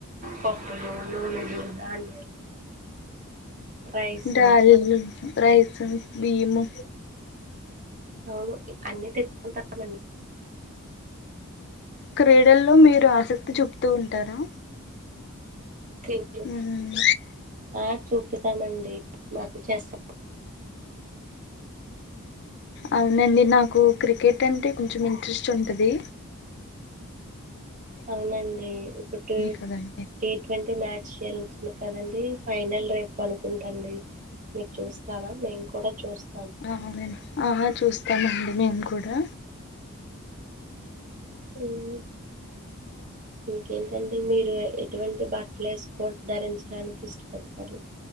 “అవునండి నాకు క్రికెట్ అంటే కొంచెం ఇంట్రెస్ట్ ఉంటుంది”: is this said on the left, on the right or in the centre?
Left